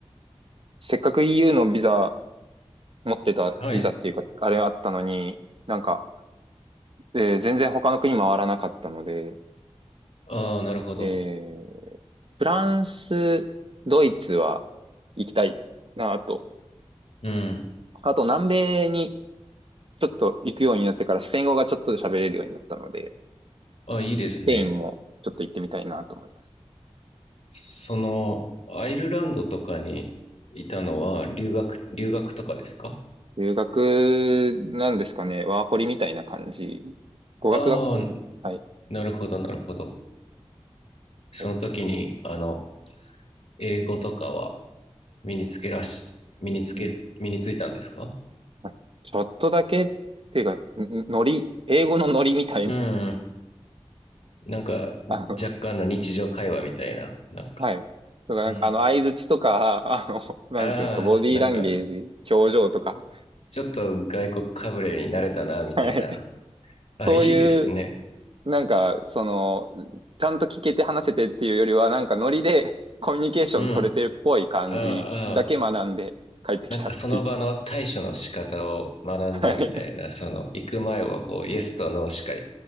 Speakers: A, on the right; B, on the left.
A: せっかく EU のビザ、持ってたビザっていうか、
B: はい。
A: あれあったのに、なんか、えー全然他の国回らなかったので、
B: ああ、なるほど。
A: えーフランス、ドイツは行きたいなと。
B: うん。
A: あと、南米にちょっと行くようになってから、スペイン語がちょっと喋れるようになったので、
B: あ、いいですね。
A: スペインもちょっと行ってみたいなと思います。
B: その、アイルランドとかにいたのは留学、留学とかですか
A: 留学なんですかね。ワーホリみたいな感じ。語学学校に。
B: ああー、
A: はい。
B: なるほど、なるほど。その時に、
A: はい。
B: あの、英語とかは身につけらし、身につけ、
A: うん。
B: 身についたんですか
A: まあちょっとだけっていうか、んんノリ、英語のノリみたいな。
B: うん。なんか、
A: <laughs> あの、
B: 若干の日常会話みたいな、なんか、
A: はい。とか、なんか、
B: うん。
A: あの、相槌とか、あの、なんていうんですか、
B: ああ、
A: ボディーランゲージ、
B: なんか、
A: 表情とか。
B: ちょっと外国かぶれになれたな、みたいな。
A: はい。
B: <laughs> あ、
A: そういう、
B: いいですね。
A: なんか、その、ちゃんと聞けて話せてっていうよりは、なんかノリでコミュニケーション取れてるっぽい感じだけ学んで帰ってきたっていう。
B: うん。ああ、ああ。なんかその場の対処の仕方を学んだみたいな、
A: はい。
B: その、行く前はこう、イエスとノーしか